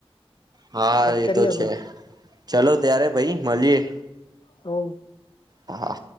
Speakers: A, on the right; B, on the left.
A: હા, એતો
B: કરીએ
A: છે
B: તો
A: ચલો ત્યારે ભાઈ, મળીએે.
B: હા.
A: હા, હા.